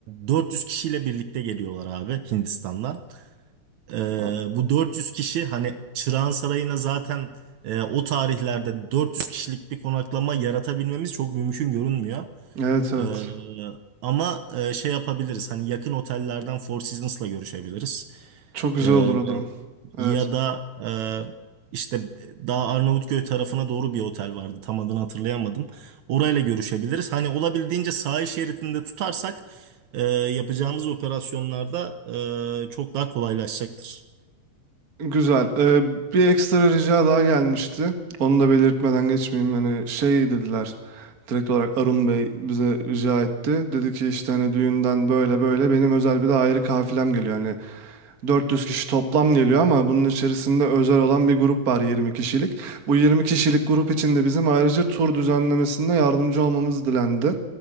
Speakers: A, on the right; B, on the right.
A: 400 kişiyle birlikte geliyorlar abi Hindistan'dan. Ee,
B: A-
A: bu 400 kişi hani Çırağan Sarayı'na zaten e, o tarihlerde 400 kişilik bir konaklama yaratabilmemiz çok mümkün görünmüyor.
B: Evet evet.
A: Ee, ama e, şey yapabiliriz hani yakın otellerden Four Seasons'la görüşebiliriz.
B: Çok güzel
A: Ee,
B: olur o durum. Evet.
A: ya da e, işte daha Arnavutköy tarafına doğru bir otel vardı tam adını hatırlayamadım. Orayla görüşebiliriz. Hani olabildiğince sahil şeridinde tutarsak e, yapacağımız operasyonlarda e, çok daha kolaylaşacaktır.
B: Güzel. Ee, bir ekstra rica daha gelmişti. Onu da belirtmeden geçmeyeyim. Hani şey dediler. Direkt olarak Arun Bey bize rica etti. Dedi ki işte hani düğünden böyle böyle benim özel bir de ayrı kafilem geliyor. Hani 400 kişi toplam geliyor ama bunun içerisinde özel olan bir grup var 20 kişilik. Bu 20 kişilik grup içinde bizim ayrıca tur düzenlemesinde yardımcı olmamız dilendi.